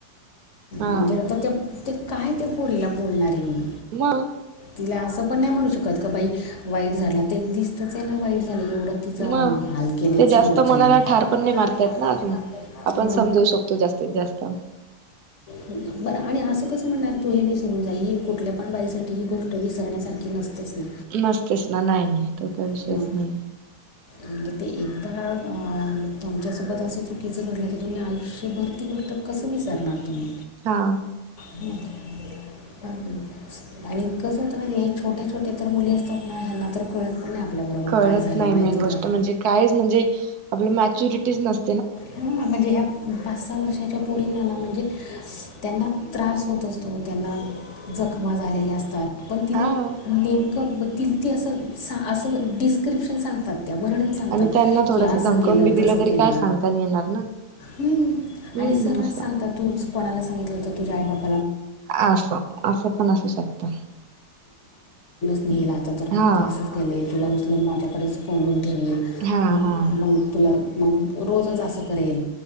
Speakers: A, on the right; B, on the left.
A: हा
B: म्हणजे आता ते ते काय त्या पोरीला बोलणार आहे मी
A: नाही
B: तिला असं पण नाही म्हणू शकत क बाई वाईट झाला ते दिसतंच वाईट झालं एवढं तिचा
A: मग
B: हाल केलेत
A: ते
B: समोरच्याने
A: जास्त मनाला
B: जास्त
A: ठार पण
B: कोणाला
A: नाही मारतायत
B: ठार
A: ना
B: पण
A: अजून
B: नाही मारता येत
A: आपण
B: ना. मग
A: समजवू शकतो जास्तीत जास्त
B: ह बरं आणि असं कसं म्हणणार तू हे विसरून जाई ही कुठल्या पण बाईसाठी ही गोष्ट विसरण्यासारखी नसतेच नाही
A: नसतेच ना नाही नाही तो तर विषयच
B: मग
A: नाही
B: म्हणजे ते एकदा अ तुमच्यासोबत असं चुकीचं घडलं तर तुम्ही आयुष्यभरती गोष्ट कसं विसारणार तुम्ही
A: हा
B: <unintelligible> आणि कसं होतं म्हणजे छोट्या छोट्या तर मुली असतात ना ह्यांना तर कळत पण नाही आपल्याबरोबर
A: कळत
B: काय झालं
A: नाही
B: माहिती
A: मेन गोष्ट
B: आहे का
A: म्हणजे कायच म्हणजे आपलं मॅच्युरिटी नस
B: ह म्हणजे ह्या पाच सहा वर्षाच्या पोरीला म्हणजे त्यांना त्रास होत असतो त्यांना जखमा झालेले असतात पण तिला
A: हा
B: नेमकं ततील ती असं असं डिस्क्रिप्शन सांगतात त्या वर्णन सांगतात
A: आणि त्यांना थोडस
B: कि असं
A: धमकवून
B: केलं
A: बी दिलं
B: तसं
A: तरी
B: केलं
A: काय सांगता नाही येणार ना
B: हम्म
A: हम्म
B: आणि सर्रास
A: असं.
B: सांगतात तूच कोणाला सांगितलं होत तुझ्या आई बाप
A: असं असं पण असू शकत
B: मेल आता तर
A: हा
B: फक्त असंच केलंय तुला उचलून माझ्याकडेच कोंडून ठेवेल
A: हा
B: मग
A: हा
B: मग तुला मग रोजच असं करेल